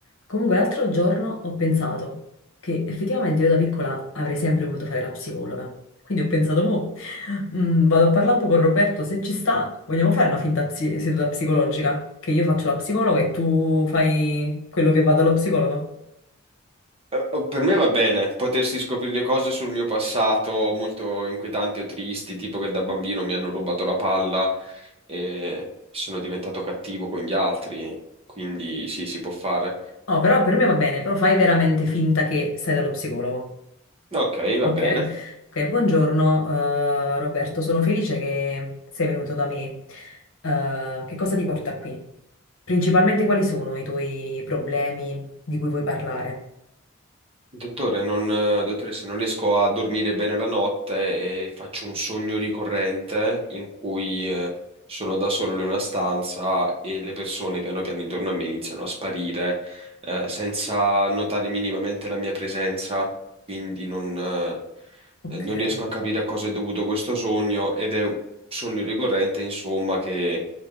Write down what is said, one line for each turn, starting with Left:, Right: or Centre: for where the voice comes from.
Left: Comunque l'altro giorno ho pensato che effettivamente io da piccola avrei sempre voluto fare la psicologa. Quindi ho pensato, mo, mm, vado a parlare un po' con Roberto, se ci sta, vogliamo fare una finta psi- seduta psicologica? Che io faccio la psicologa e tu fai quello che va dallo psicologo?
Right: Eh, oh, Per me va bene potersi scoprire cose sul mio passato molto inquietanti o tristi, tipo che da bambino mi hanno rubato la palla e sono diventato cattivo con gli altri, quindi sì, si può fare.
Left: No, però per me va bene, però fai veramente finta che stai dallo psicologo.
Right: No, Ok, va
Left: Ok,
Right: bene.
Left: Ok, buongiorno eh, Roberto, sono felice che sei venuto da me. Eh, che cosa ti porta qui? Principalmente quali sono i tuoi problemi di cui vuoi parlare?
Right: Dottore, non, eh, dottoressa, non riesco a dormire bene la notte e faccio un sogno ricorrente in cui eh, sono da solo in una stanza e le persone piano piano intorno a me iniziano a sparire eh, senza notare minimamente la mia presenza, quindi non, eh,
Left: Ok.
Right: non riesco a capire a cosa è dovuto questo sogno ed è un sogno ricorrente, insomma, che